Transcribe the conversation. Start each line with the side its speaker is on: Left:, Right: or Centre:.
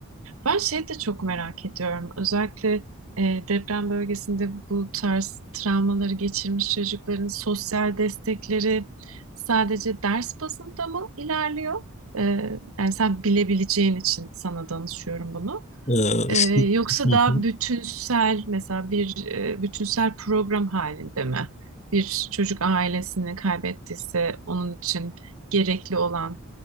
Right: Ben şeyi de çok merak ediyorum. Özellikle e, deprem bölgesinde bu tarz travmaları geçirmiş çocukların sosyal destekleri sadece ders bazında mı ilerliyor? E, yani sen bilebileceğin için sana danışıyorum bunu.
Left: Ee,
Right: Ee,
Left: şu,
Right: yoksa
Left: Hı
Right: daha
Left: hı.
Right: bütünsel mesela bir e, bütünsel program halinde mi? Bir çocuk ailesini kaybettiyse onun için gerekli olan